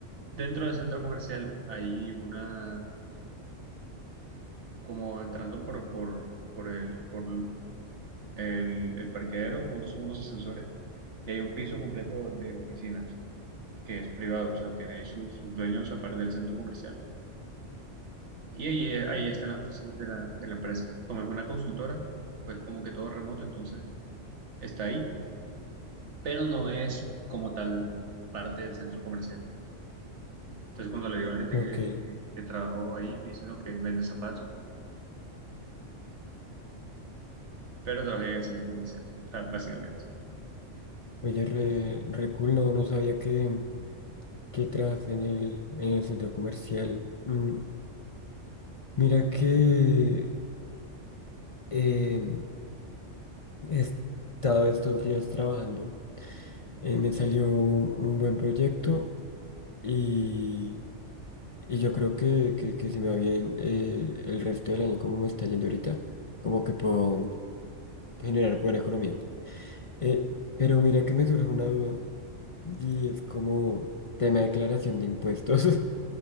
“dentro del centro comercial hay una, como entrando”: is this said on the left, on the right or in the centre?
Right